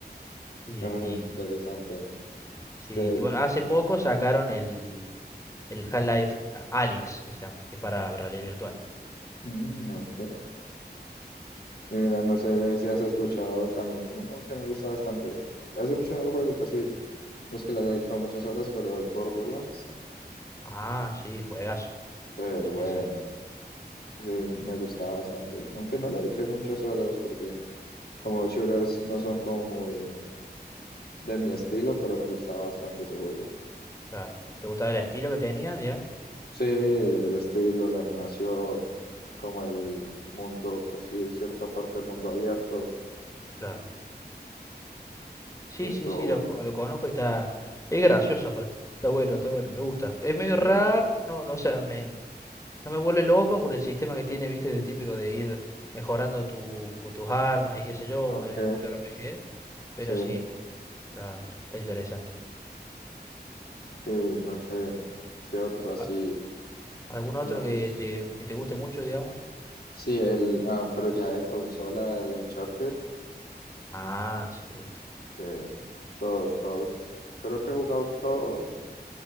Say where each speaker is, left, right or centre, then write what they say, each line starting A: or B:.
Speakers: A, on the left; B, on the left.
A: Y,
B: Es
A: y,
B: interesante.
A: sí,
B: Este,
A: y bueno, hace poco sacaron el, el Half-Life a- Alyx, que se llama, que es para realidad virtual.
B: mm, ok. Y mira, no sé si has escuchado también uno que me gusta bastante. Hace mucho no lo juego, casi no es que le haya dedicado muchas horas, pero el Borderlands,
A: Ah, sí, juegazo.
B: eh,
A: Sí,
B: bueno,
A: sí,
B: sí, me gustaba bastante. Aunque no le dediqué muchas horas porque Como shooters no son como muy de mi estilo, pero me gustaba bastante ese juego.
A: claro. ¿Te gustaba el estilo que tenía, digamos?
B: Sí, el estilo, la animación, como el mundo, pues sí, cierta parte del mundo abierto.
A: Claro. Sí,
B: Sí, estuvo
A: sí, sí,
B: bueno.
A: lo, co- lo conozco y está... Es gracioso aparte. Está bueno, está bueno, me gusta. Es medio
B: Sí,
A: raro, no, no, o sea, me, No me vuelve loco por el sistema que tiene, viste, de típico de ir mejorando tu, tus armas y qué sé yo,
B: ok,
A: me- medio RPG. Pero
B: sí,
A: sí, está, está- está- está interesante.
B: sí, no sé qué otro así,
A: A- ¿Algún otro
B: digamos.
A: que te, que te guste mucho, digamos?
B: Sí, el, ah, pero ya de consola, el Uncharted,
A: Ah, sí.
B: que todos, todos, creo que he jugado todos,